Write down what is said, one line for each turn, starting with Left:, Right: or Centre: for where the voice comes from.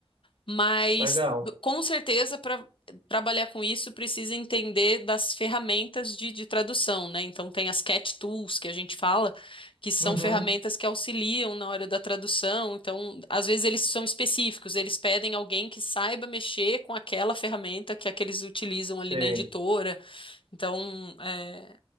Left: Mas
Right: legal.
Left: com certeza para trabalhar com isso precisa entender das ferramentas de, de tradução, né? Então tem as cat tools que a gente fala, que são
Right: Uhum,
Left: ferramentas que auxiliam na hora da tradução. Então, às vezes eles são específicos, eles pedem alguém que saiba mexer com aquela ferramenta que é que eles utilizam
Right: sei.
Left: ali na editora. Então, é,